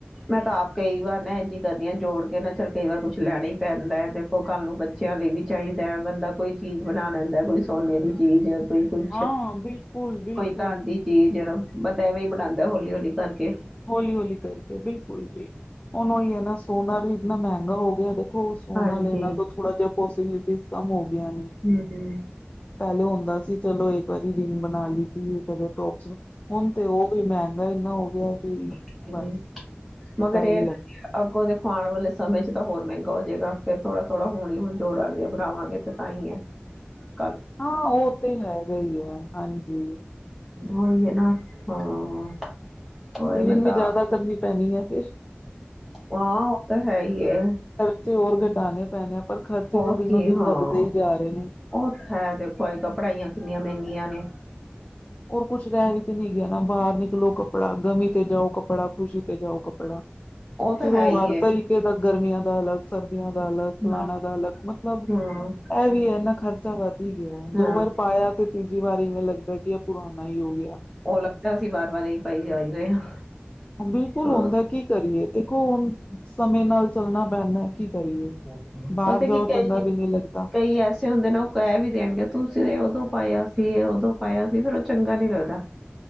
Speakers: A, in the centre; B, on the left.
A: ਮੈਂ ਤਾਂ ਆਪ ਕਈ ਵਾਰ ਨਾ ਇੰਝੀ ਕਰਦੀ ਹ ਜੋੜ ਕੇ ਨਾ ਚੱਲ ਕਈ ਵਾਰ ਕੁਛ ਲੈਣਾ ਹੀ ਪੈਂਦਾ ਹੈ। ਤੇ- ਓਹ ਕੱਲ ਨੂੰ ਬੱਚਿਆਂ ਲਈ ਵੀ ਚਾਹੀਦਾ। ਬੰਦਾ ਕੋਈ ਚੀਜ਼ ਬਣਾ ਲੈਂਦਾ ਕੋਈ ਸੋਨੇ ਦੀ ਚੀਜ਼। ਕੋਈ ਕੁਛ,
B: ਹਾਂ ਬਿਲਕੁਲ ਬਿਲਕੁਲ
A: ਕੋਈ ਘਰ ਦੀ ਚੀਜ਼ ਬੰਦਾ ਇਵੇਂ ਹੀ ਬਣਾਉਂਦਾ ਹੌਲੀ- ਹੌਲੀ ਕਰਕੇ।
B: ਹੌਲੀ- ਹੌਲੀ ਕਰਕੇ ਬਿਲਕੁਲ ਜੀ, ਹੁਣ ਉਹੀ ਹੈ ਨਾ ਸੋਨਾ ਵੀ ਇਤਨਾ ਮਹਿੰਗਾ ਹੋ ਗਿਆ। ਦੇਖੋ ਸੋਨਾ
A: ਹਾਂਜੀ
B: ਲੈਣਾ ਤੋਂ ਥੋੜਾ ਜਿਹਾ ਪੋਸੀਬਿਲਿਟੀ ਕਮ ਹੋ ਗਈਆਂ ਨੇ।
A: ਹੂੰ -ਹੂੰ।
B: ਪਹਿਲੇ ਹੁੰਦਾ ਸੀ ਚਲੋ ਇੱਕ ਵਾਰੀ ਰਿੰਗ ਬਣਾ ਲਈ ਸੀ, ਕਦੇ ਟੋਪਸ ਬ- ਹੁਣ ਤੇ ਉਹ ਵੀ ਮਹਿੰਗਾ ਇੰਨਾ ਹੋ ਗਿਆ ਕਿ
A: ਹਾਂਜੀ
B: ਬਸ
A: ਮਗਰ
B: ਡਰ
A: ਇਹ
B: ਹੀ
A: ਨਾ
B: ਲੱਗ।
A: ਕਿ ਅੱਗੋਂ ਦੇਖੋ ਆਉਣ ਵਾਲੇ ਸਮੇਂ ਚ ਤਾਂ ਹੋਰ ਮਹਿੰਗਾ ਹੋ ਜਾਏਗਾ ਫੇਰ ਥੋੜਾ-ਥੋੜਾ ਹੁਣ ਜੋੜਾਂਗੇ ਬਣਾਵਾਂਗੇ ਤੇ ਤਾਂ ਹੀ ਹੈ। ਹ <inaudible>
B: ਹਾਂ, ਉਹ ਤੇ ਹੈਗਾ ਹੀ ਹੈ, ਹਾਂਜੀ।
A: ਉਹੀ ਹੈ ਨਾ, ਹਾਂ। ਉਹੀ
B: ਸੇਵਿੰਗ
A: ਮੈਂ
B: ਵੀ
A: ਤਾਂ
B: ਜਿਆਦਾ ਕਰਨੀ ਪੈਣੀ ਹੈ, ਫੇਰ।
A: ਹਾਂ, ਉਹ ਤਾਂ ਹੈ ਹੀ ਹੈ।
B: ਖਰਚੇ ਹੋਰ ਘਟਾਉਣੇ ਪੈਣੇ ਆ ਪਰ ਖਰਚੇ
A: ਹੋਰ
B: ਤਾਂ ਦਿਨੋ-
A: ਕੀ
B: ਦਿਨ
A: ਹਾਂ,
B: ਵੱਧਦੇ ਹੀ ਜਾ ਰਹੇ ਨੇ।
A: ਉਹ ਹੈ ਦੇਖੋ ਅੱਜ ਕੱਲ ਪੜਾਈਆਂ ਕਿੰਨੀਆਂ ਮਹਿੰਗੀਆਂ ਨੇ।
B: ਹੋਰ ਕੁਛ ਰਹਿ ਵੀ ਤੇ ਨੀ ਗਿਆ ਨਾ ਬਾਹਰ ਨਿਕਲੋ ਕੱਪੜਾ, ਗਮੀ ਤੇ ਜਾਓ ਕੱਪੜਾ, ਖੁਸ਼ੀ ਤੇ ਜਾਓ ਕੱਪੜਾ।
A: ਤਾਂ
B: ਫੇਰ
A: ਹੈ
B: ਉਹ
A: ਹੀ
B: ਹਰ
A: ਏ,
B: ਕੋਈ ਕਹੇਗਾ ਗਰਮੀਆਂ ਦਾ ਅਲੱਗ। ਸਰਦੀਆਂ ਦਾ ਅਲੱਗ,
A: ਹੂੰ,
B: ਫਲਾਣਾ ਦਾ ਅਲੱਗ ਮਤਲਬ
A: ਹੂੰ,
B: ਇਹ ਵੀ ਹੈ ਇਨਾ ਖ਼ਰਚਾ ਵੱਧ ਹੀ ਗਿਆ। ਦੋ
A: ਹਾਂ
B: ਵਾਰ ਪਾਇਆ ਤੇ ਤੀਜੀ ਵਾਰੀ ਇਵੇਂ ਲੱਗਦਾ ਕਿ ਇਹ ਪੁਰਾਣਾ ਹੀ ਹੋ ਗਿਆ।
A: ਉਹ ਅਲੱਗ ਗੱਲ ਸੀਂ ਵਾਰ- ਵਾਰ ਇਹੀ ਪਾਈ ਜਾ ਹੀ ਰਹੇ ਹਾਂ।
B: ਬਿਲਕੁਲ,
A: ਹਾਂ,
B: ਹੁੰਦਾ ਐ ਕੀ ਕਰੀਏ ਦੇਖੋ ਹੁਣ ਸਮੇਂ ਨਾਲ ਚੱਲਣਾ ਪੈਂਦਾ ਕਿ- ਕਰੀਏ,
A: ਹਾਂ।
B: ਬਾਹਰ
A: ਪਤਾ
B: ਜਾਓ
A: ਕੀ ਕਈ
B: ਚੰਗਾ ਵੀ ਨਹੀਂ ਲੱਗਦਾ।
A: ਐਸੇ ਕਈ ਹੁੰਦੇ ਨੇ ਉਹ ਕਹਿ ਵੀ ਦੇਣਗੇ ਤੁਸੀਂ ਇਹ ਉਦੋਂ ਪਾਇਆ ਸੀ, ਇਹ ਉਦੋਂ। ਪਾਇਆ ਸੀ, ਫੇਰ ਉਹ ਚੰਗਾ ਨੀ ਲੱਗਦਾ।